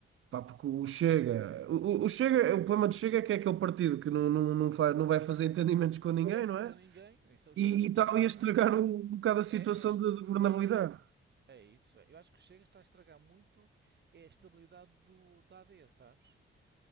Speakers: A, on the right (about 70°); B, on the right (about 55°).
A: Pá, porque o Chega, o, o- o Chega, o problema do Chega é que é aquele partido que não, não, não faz, não vai fazer entendimentos com ninguém, não é?
B: Com ninguém, isso o chega
A: E
B: não
A: e
B: conta,
A: tal, ia estragar
B: não é?
A: um, um bocado a situação
B: É, não, che-
A: de, de governabilidade.
B: é isso. É isso, é. Eu acho que o Chega está a estragar muito é, a estabilidade do, da A D, sabes?